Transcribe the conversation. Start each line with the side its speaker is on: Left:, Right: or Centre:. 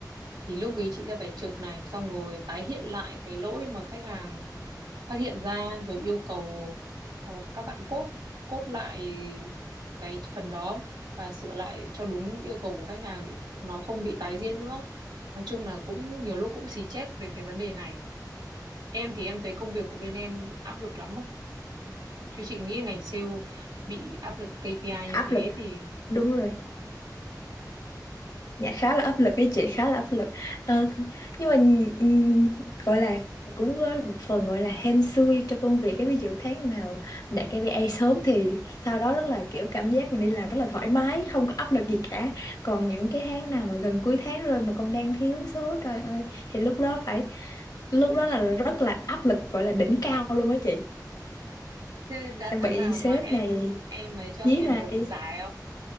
Right: thì lúc ý chị sẽ phải chụp này xong rồi tái hiện lại cái lỗi mà khách hàng phát hiện ra rồi yêu cầu ờ, các bạn cốt cốt lại cái phần đó và sửa lại cho đúng yêu cầu của khách hàng để nó không bị tái diễn nữa nói chung là cũng nhiều lúc cũng xì chét về cái vấn đề này em thì em thấy công việc của bên em áp lực lắm không chứ chị nghĩ ngành sale bị áp lực KPI như
Left: áp
Right: thế
Left: lực
Right: thì
Left: đúng rồi Dạ khá là áp lực đấy chị khá là áp lực Ờ, nhưng mà ừm, gọi là cũng có một phần gọi là hên xui cho công việc cái ví dụ tháng nào đạt KPI sớm thì sau đó rất là kiểu cảm giác mình đi làm rất là thoải mái không có áp lực gì cả còn những cái tháng nào mà gần cuối tháng rồi mà còn đang thiếu số trời ơi thì lúc đó phải lúc đó là rất là áp lực gọi là đỉnh cao luôn á chị
Right: thế đã
Left: sẽ
Right: tháng
Left: bị
Right: nào
Left: sếp
Right: mà em
Left: này
Right: em ấy chưa
Left: dí
Right: em
Left: này
Right: được giải không